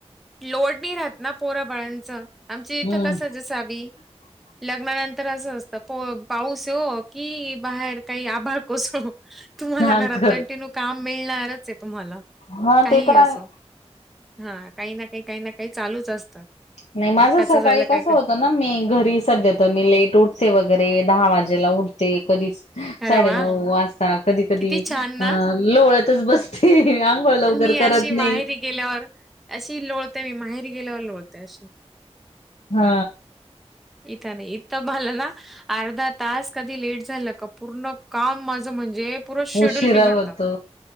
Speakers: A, in the centre; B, on the left (about 85°).
A: लोड नाही राहत ना पोरा बाळांचं आमच्या इथं
B: हम्म
A: कसं जसावी
B: <unintelligible>
A: लग्नानंतर असं असतं प पाऊस येवो की बाहेर काही आभार कोसळो तुम्हाला
B: हा
A: घरात
B: खरं
A: कंटिन्यू काम मिळणारच आहे तुम्हाला
B: हा
A: काहीही
B: ते तर
A: असो
B: आहे
A: हा काही ना काही काही ना काही चालूच असतं.
B: नाही माझं
A: एकाच
B: सकाळी
A: झालं
B: कसं
A: काय का
B: होतं ना मी घरी सध्या तर मी लेट उटते वगैरे दहा वाजेला उठते कधी
A: अरे
B: साडेनऊ
A: वा
B: वाजता कधी कधी
A: किती छान ना
B: अ लोळतच बसते आंघोळ लवकर
A: मी अशी
B: करत नाही.
A: माहेरी गेल्यावर अशी लोळते मी माहेरी गेल्यावर लोळते अशी
B: हा.
A: इथ नाही इथ मला ना अर्धा तास कधी लेट झालं का पूर्ण काम माझं म्हणजे पुरं शेड्यूल
B: उशिरा
A: बिघडत.
B: होतो